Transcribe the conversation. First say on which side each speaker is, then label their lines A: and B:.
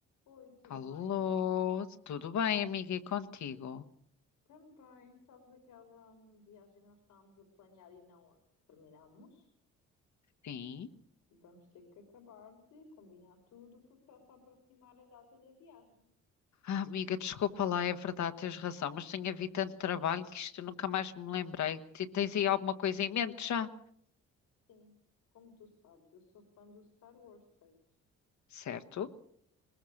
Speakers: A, on the left; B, on the left.
A: Oi, tudo
B: Alô,
A: bem?
B: tudo bem, amiga, e contigo?
A: Também, sabes aquela hum, viagem que nós estávamos a planear e não terminamos?
B: Sim.
A: Vamos ter que acabar de combinar tudo porque está-se a aproximar a data da viagem.
B: Ah, amiga, desculpa lá, é verdade, tens razão, mas tenho havido tanto trabalho que isto eu nunca mais me lembrei. Ti- Tens aí alguma coisa em mente já?
A: Sim, como tu sabes, eu sou fã do Star Wars, certo?
B: Certo?